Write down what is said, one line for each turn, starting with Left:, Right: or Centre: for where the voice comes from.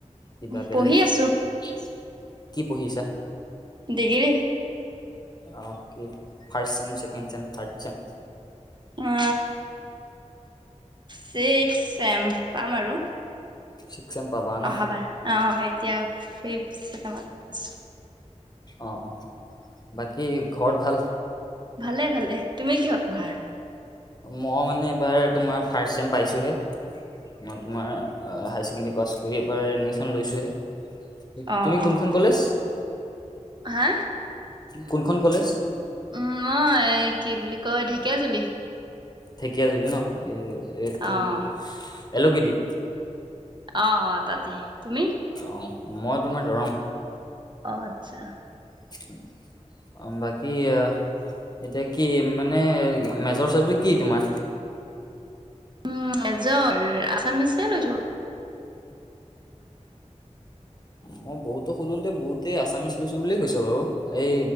Left: কিবা বেলেগ।
Right: পঢ়ি আছোঁ
Left: পঢ়ি আছোঁ। কি পঢ়িছা?
Right: দিগিৰি।
Left: অ' কে first sem, second sem, third sem.
Right: আ ছিক্স চেম পাম আৰু।
Left: Six sem. পাবা ন
Right: অহাবা অ' এতিয়া ফিফ চেমত আছোঁ।
Left: অ', অ' বাকী ঘৰত ভাল?
Right: ভালে-ভালে তুমি কিহত পঢ়া?
Left: মই মানে এইবাৰ তোমাৰ ফাৰ্ষ্ট চেম পাইছোহে। মই তোমাৰ অ, হায় ছেকেণ্ডৰী পাছ কৰি এইবাৰ এডমিচন লৈছোহে। তুমি
Right: অ', অ',
Left: কোনখন কলেজ?
Right: হা?
Left: কোনখন কলেজ?
Right: উম, মই এ কি বুলি কয় ঢেকীয়াজুলি।
Left: ঢেকীয়াজুলি ন'এই এইটো
Right: অ',
Left: এলকেদি।
Right: অ, তাতে তুমি?
Left: অ, মই তোমাৰ দৰং।
Right: অ', আচ্ছা।
Left: <unintelligible> বাকী এয়া এতিয়া কি মানে মেজৰ চাবজেক্ট কি তোমাৰ?
Right: উম, মেজৰ আচামিচে লৈছো।
Left: মই বহুতো সুধোতে বহুতেই আছামিছ লৈছো বুলিয়ে কৈছ বাৰু এই